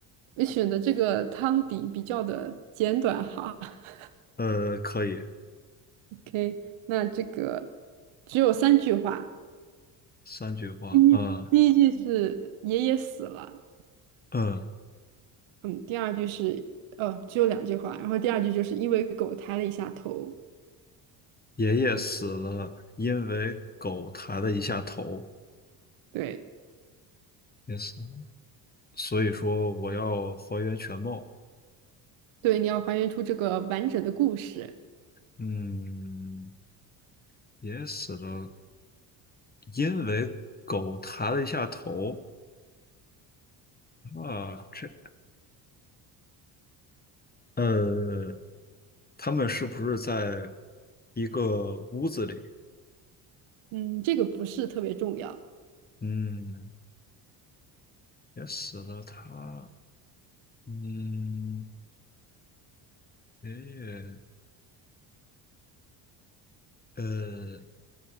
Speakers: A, on the right; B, on the left.
A: 你选的这个汤底比较的简短哈。<laughs>
B: 呃，可以，
A: OK，那这个只有三句话，
B: 三句话。
A: 第一第一句是爷爷死了，
B: 嗯嗯，
A: 嗯，第二句是呃只有两句话，然后第二句就是因为狗抬了一下头，
B: 爷爷死了，因为狗抬了一下头，
A: 对
B: 也死了。所以说我要还原全貌。
A: 对，你要还原出这个完整的故事。
B: 嗯，爷爷死了，因为狗抬了一下头啊，这。呃，他们是不是在一个屋子里？
A: 嗯，这个不是特别重要
B: 嗯，也死了他。嗯，爷爷，呃，